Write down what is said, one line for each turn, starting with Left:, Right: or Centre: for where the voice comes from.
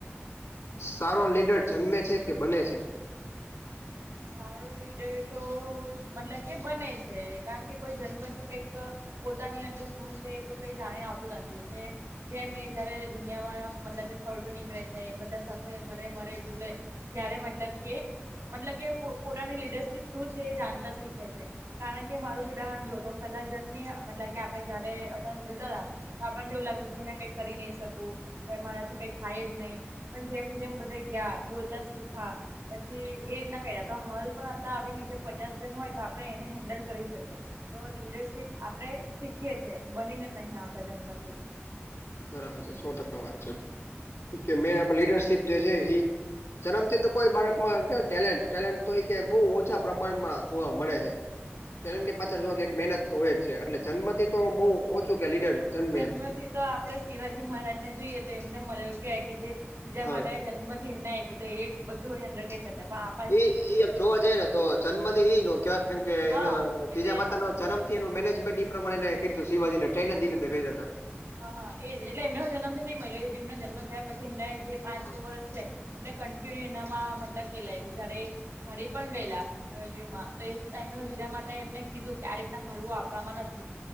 Left: સારો લીડર જન્મે છે કે બને છે.
Right: સારો લીડર તો મતલબ કે બને છે કારણ કે કોઈ જન્મથી કઈંક. પોતાની અંદર શું છે એ તો કઈ જાણી આવતું નથી એટલે. જેમ એ જયારે દુનિયામાં મતલબ કે ફલટો નીકળે છે બધા સાથે હરે મરે જુલે. ત્યારે મતલબ કે મતલબ કે પોતાની લીડરશીપ શું છે એ જાણતા શીખે છે. કારણ કે મારું જ ઉદાહરણ જો તો હું પેલ્લા જન્મી મતલબ કે આપણે જયારે અ જતા હતા. તો આપણને એવું લાગતું હતું કે મેં કઈ કરી નઈ શકું મારાથી કઈ થાય જ નઈ. પણ જેમ જેમ બધાં ગયા બોલતા શીયખા પછી એ રીતના. કયરા તો હાલ પણ અતારે આપડે નીચે પચાસ જન હોય તો આપણે એને હેન્ડલ કરી શકીએ. તો લીડરશીપ આપડે શીખીએ છે બનીને નહીં આવતા જન્મથી.
Left: બરાબર છે સો ટકા વાત છે
Right: હા
Left: કેમકે મે આપે લીડરશીપ જે છે ઈ. જન્મથી તો કોઈ બાળકમાં કે ટેલેન્ટ ટેલેન્ટ તો એ કે બો ઓછા પ્રમાણમાં જોવા મળે છે. ટેલેન્ટ
Right: હા
Left: કે પાછળ જો કે એક મહેનત તો હોય જ છે એટલે જન્મથી તો બો ઓછું કે લીડર. જન્મે
Right: જન્મથી
Left: એમ
Right: તો આપડે શિવાજી મહારાજ ને જોઈએ તો એમને મલે એવું કે જે બીજા
Left: હા
Right: માટે જન્મ. એમને આયપૂ તો એ બધું આયા.
Left: એ એમ જોવા જઈ ને તો જન્મથી નો કેવાય કેમ કે
Right: હા
Left: એનો જીજા
Right: એટલે
Left: માતા નો. જન્મથી એનું મેનેજમેન્ટ ઈ પ્રમાણે એને કીધુ શિવાજી ને ટ્રેન જ જે રીતે કયૉતા.
Right: હા હા, એજ એટલે એમનો હો જન્મથીની મલ્યો એજ એમનો જન્મ થયા પછી એમને જે પાંચ
Left: થયા
Right: છ વર્ષ છે. એટલે કન્ટિન્યુ એનામાં મતલબ <unintelligible> જ્યારે એ હારી પણ ગયેલા. <unintelligible> તો એ ટાઈમે હ જીજા માસા એમને કીધું કે આ રીતના હળવું આપમાં નથી.